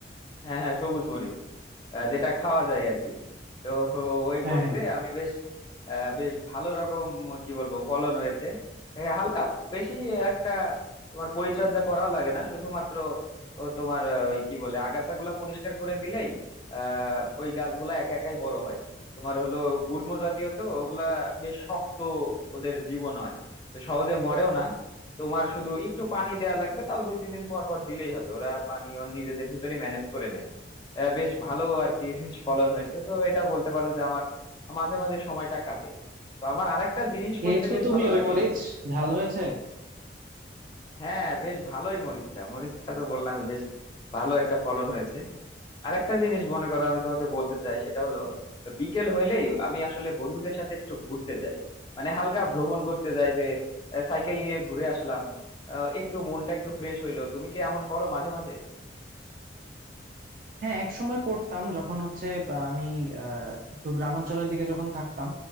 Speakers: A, on the left; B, on the right.
A: হ্যাঁ হ্যাঁ সবুজ মরিচ আহ, যেটা খাওয়া যায় আর কি তো ওই
B: হ্যাঁ
A: মরিচে
B: হ্যাঁ
A: আমি বেশ আহ, বেশ ভালো রকম কি বলবো ফলন হয়েছে এ, হালকা বেশি একটা তোমার পরিচর্যা করাও লাগে না শুধুমাত্র ও তোমার আহ, ওই কি বলে আগাছাগুলা পরিষ্কার করে দিলেই আহ ওই গাছগুলা একা একাই বড় হয় তোমার হলো গুল্ম জাতীয় তো ওগুলা বেশ শক্ত ওদের জীবন হয় তো সহজে মরেও না তোমার শুধু একটু পানি দেওয়া লাগবে তাও দুই তিন দিন পর পর দিলেই হবে ওরা পানি ওর নিজেদের ভিতরে ম্যানেজ করে নেয় আহ, বেশ ভালো আর কি বেশ ফলন হয়েছে তো এটা বলতে পারো যে আমার মাঝে মাঝে সময়টা কাটে তো আমার আরেকটা জিনিস
B: খেয়েছো
A: করতে বেশ
B: তুমি
A: ভালো
B: ওই
A: লাগে
B: মরিচ ঝাল হয়েছে
A: হ্যাঁ বেশ ভালোই মরিচটা মরিচটা তো বললামই বেশ ভালো একটা ফলন হয়েছে আরেকটা জিনিস মনে করো আমি তোমাকে বলতে চাই সেটা হলো বিকেল হইলেই আমি আসলে বন্ধুদের সাথে একটু ঘুরতে যাই মানে হালকা ভ্রমণ করতে যাই যে আহ, সাইকেল নিয়ে ঘুরে আসলাম আহ, একটু মনটা একটু ফ্রেশ হইলো তুমি কি এমন করো মাঝে মাঝে
B: হ্যাঁ এক সময় করতাম যখন হচ্ছে আহ, আমি আহ, একটু গ্রামাঞ্চলের দিকে যখন থাকতাম